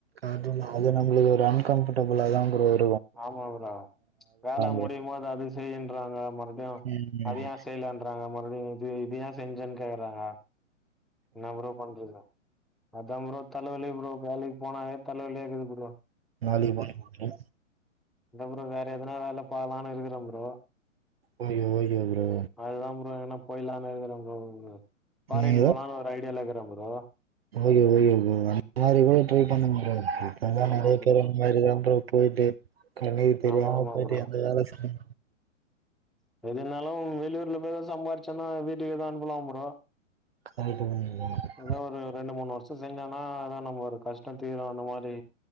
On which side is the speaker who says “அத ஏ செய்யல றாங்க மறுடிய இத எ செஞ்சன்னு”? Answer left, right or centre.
Centre